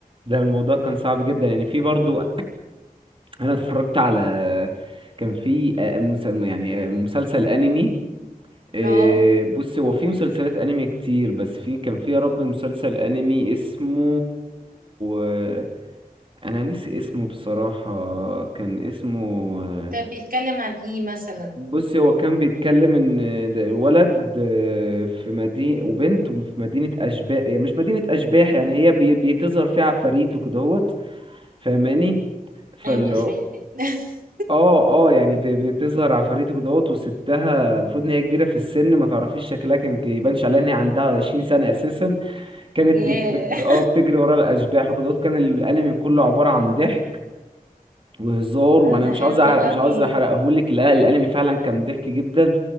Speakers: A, on the right; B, on the right.
A: ده الموضوع كان صعب جدا يعني في برضو انا اتفرجت على كان في آه، مس- يعني آه، مسلسل انمي آه،
B: اه
A: بص هو في مسلسلات انمي كتير بس في كان في يا ربي مسلسل انمي اسمه آه، انا ناسي اسمه بصراحة كان اسمه آه،
B: طب بيتكلم عن ايه مثلا
A: بصي هو كان بيتكلم ان ده الولد آه، في مدينة وبنت وفي مدينة اشباح يعني مش مدينة اشباح يعني هي بي- بيتظهر فيها عفاريت وكدهوت فاهماني فال
B: ايوه ما اشبه كده <laughs>
A: اه اه يعني بي- بتظهر عفاريت وكدهوت وستها المفروض ان هي كبيرة في السن ما تعرفيش شكلها كان يبانش عليها ان هي عندها 20 سنة اساسا كانت
B: ياه
A: بت
B: <laughs>
A: اه بتجري ورا الاشباح وكدهوت كان الانمي كله عبارة عن ضحك وهزار
B: لا،
A: وانا
B: ده
A: مش
B: حلو
A: عاوز أعرق
B: قوي
A: مش عاوز احرقهولك لا الانمي فعلا كان ضحك جدا